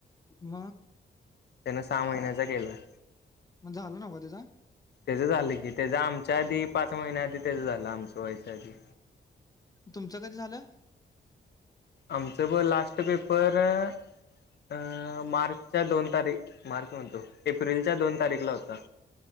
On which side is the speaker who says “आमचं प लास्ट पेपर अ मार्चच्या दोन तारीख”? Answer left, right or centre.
Left